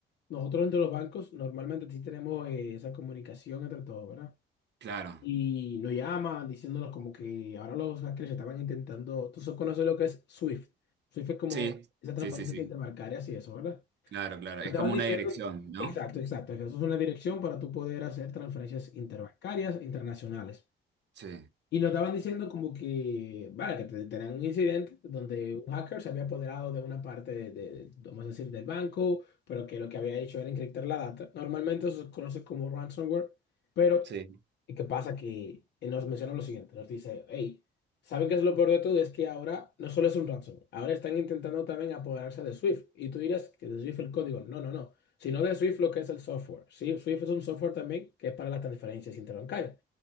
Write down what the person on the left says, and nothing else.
Nosotros entre los bancos normalmente sí tenemos eh, esa comunicación entre todos, ¿verdad?
y lo llama diciéndonos como que ahora los hackers estaban intentando, tú solo conoces lo que es Swift. Swift es como
esa transferencia
interbancaria y eso, ¿verdad?
Te estaban
diciendo,
exacto, exacto, que eso es una dirección para tú poder hacer transferencias interbancarias internacionales.
Y nos estaban diciendo como que, vale, que te- tenían un incidente donde un hacker se había apoderado de una parte de, de- vamos a decir, del banco, pero que lo que había hecho era encriptar la data. Normalmente eso se conoce como ransomware, pero
¿y ¿qué pasa? Que nos menciona lo siguiente, nos dice, hey, ¿saben qué es lo peor de todo? Es que ahora no solo es un ransomware, ahora están intentando también apoderarse de Swift. Y tú dirás que de Swift el código, no, no, no, sino de Swift lo que es el software. Sí, Swift es un software también que es para las transferencias interbancarias.